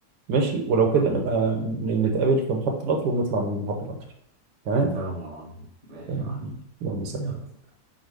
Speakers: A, on the right; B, on the right.
A: ماشي ولو
B: آه
A: كده
B: خلاص
A: نبقى
B: قشطة
A: ن- نتقابل في محطه القطر ونطلع من محطه القطر تمام؟
B: ونسافر مع بعضينا ماشي
A: تمام.
B: يا معلم
A: يلا سلام
B: يلا سلام